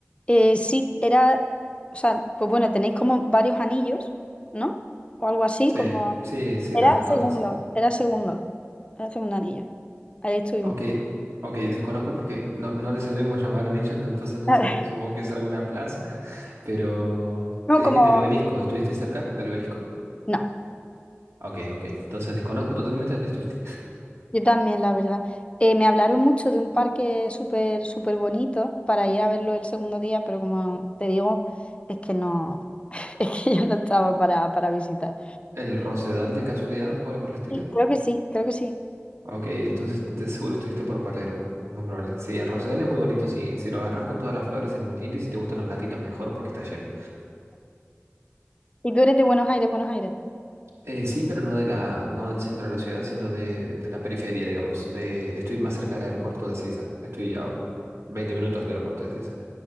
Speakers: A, on the left; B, on the right.
A: Eh, sí, era, o sea, pues bueno, tenéis como varios anillos, ¿no? O algo así,
B: Sí,
A: como...
B: sí, sí,
A: Era
B: las rotondas,
A: segundo,
B: sí.
A: era segundo, era segundo anillo. Ahí estuvimos.
B: Ok, ok, desconozco porque no, no le solemos llamar anillos, no, entonces no
A: <laughs>
B: sé, supongo que es alguna plaza, <laughs> pero...
A: No,
B: eh,
A: como...
B: Del obelisco, ¿estuviste cerca del obelisco?
A: no.
B: Ok, ok, entonces desconozco totalmente dónde estuviste.
A: Yo también, la verdad. Eh, me hablaron mucho de un parque súper, súper bonito para ir a verlo el segundo día, pero como te digo, es que no, <laughs> es que yo no estaba para, para visitar.
B: ¿El Rosedal de casualidad o algo por el estilo?
A: Y creo que sí, creo que sí.
B: Ok, entonces de seguro estuviste por Palermo, es muy probable. Sí, el Rosedal es muy bonito, si, si lo agarras con todas las flores es muy lindo y si te gustan los gatitos mejor porque está lleno.
A: Y tú eres de Buenos Aires, Buenos Aires.
B: Eh, sí, pero no de la, no del centro de la ciudad, sino de, de la periferia, digamos. De, estoy más cerca del aeropuerto de Ceiza. Estoy a 20 minutos del aeropuerto de Ceiza.